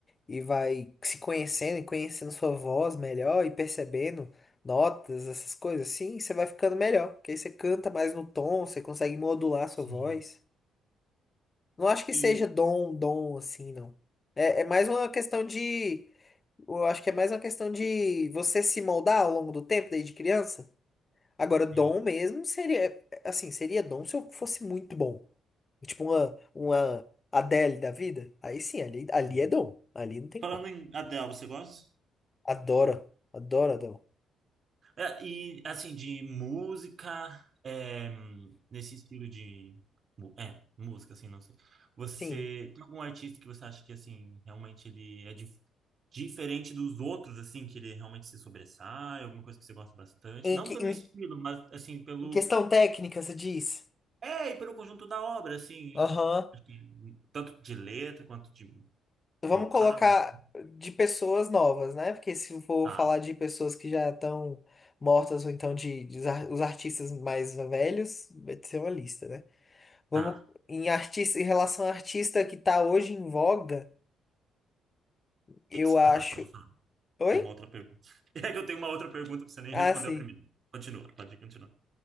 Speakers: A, on the left; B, on the right.
A: e vai se conhecendo e conhecendo sua voz melhor e percebendo notas, essas coisas assim, você vai ficando melhor, porque aí você canta mais no tom, você consegue modular sua
B: Sim.
A: voz. Não acho que
B: E,
A: seja dom, dom assim, não. É, é mais uma questão de, eu acho que é mais uma questão de você se moldar ao longo do tempo, desde criança. Agora, dom
B: sim,
A: mesmo seria, assim, seria dom se eu fosse muito bom. Tipo uma, uma Adele da vida. Aí sim, ali, ali
B: sim.
A: é dom. Ali não tem
B: Falando
A: como.
B: em Adele, você gosta?
A: Adoro, adoro dom.
B: É, e assim, de música, é, hum, nesse estilo de. mu- É, música, assim, não sei. Você
A: Sim.
B: tem algum artista que você acha que, assim, realmente ele é dif- diferente dos outros, assim, que ele realmente se sobressai, alguma coisa que você gosta bastante?
A: Em,
B: Não
A: que-
B: pelo
A: em
B: estilo, mas, assim, pelo.
A: em questão técnica, você diz?
B: É, e pelo conjunto da obra, assim.
A: Aham.
B: acho que Tanto de letra quanto de
A: Vamos
B: vocal.
A: colocar
B: assim.
A: de pessoas novas, né? Porque se eu for
B: Tá,
A: falar de pessoas que já estão mortas ou então de, de os ar- os artistas mais velhos, vai ser uma lista, né? Vamos
B: tá.
A: em artista, em relação a artista que tá hoje em voga.
B: O
A: Eu
B: que que você-
A: acho.
B: Ah, tá, pode falar.
A: Oi?
B: Tem uma outra pergunta. <laughs> É que eu tenho uma outra pergunta, pra você nem
A: Ah,
B: respondeu
A: sim.
B: a primeira. Continua, pode continuar.